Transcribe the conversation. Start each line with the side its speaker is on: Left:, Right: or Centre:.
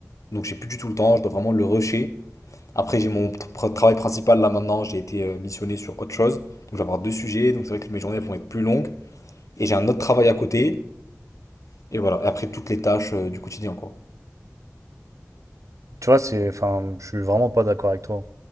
Left: Donc, j'ai plus du tout le temps, je dois vraiment le rusher. Après, j'ai mon tr- travail principal là maintenant, j'ai été euh, missionné sur autre chose. Donc, je vais avoir deux sujets. Donc, c'est vrai que mes journées vont être plus longues. Et j'ai un autre travail à côté. Et voilà. Et après, toutes les tâches euh, du quotidien, quoi.
Right: Tu vois, c'est. Enfin, je suis vraiment pas d'accord avec toi.